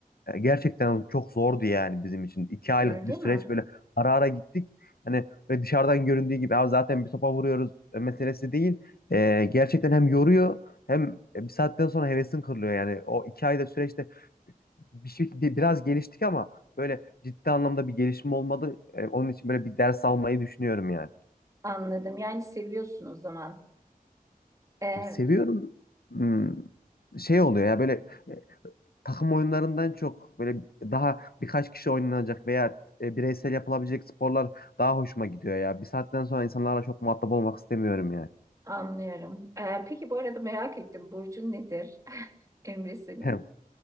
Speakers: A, on the left (about 80°); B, on the right (about 20°).
A: e, Gerçekten çok zordu yani bizim için. İki aylık
B: Öyle
A: bir süreç
B: mi?
A: böyle ara ara gittik. Hani böyle dışarıdan göründüğü gibi "Abi zaten bir topa vuruyoruz e, meselesi değil. E, gerçekten hem yoruyor hem bir saatten sonra hevesin kırılıyor. Yani o iki ayda süreçte bir şey, bir- biraz geliştik ama böyle ciddi anlamda bir gelişme olmadı. E, onun için böyle bir ders almayı düşünüyorum yani.
B: Anladım. Yani seviyorsun o zaman. Ee,
A: Seviyorum. Hmm, şey oluyor ya böyle takım oyunlarından çok böyle daha birkaç kişi oynanacak veya e, bireysel yapılabilecek sporlar daha hoşuma gidiyor ya. Bir saatten sonra insanlarla çok muhatap olmak istemiyorum ya.
B: Anlıyorum. Ee, peki bu arada merak ettim. Burcun nedir? <laughs> Emre senin.
A: <laughs>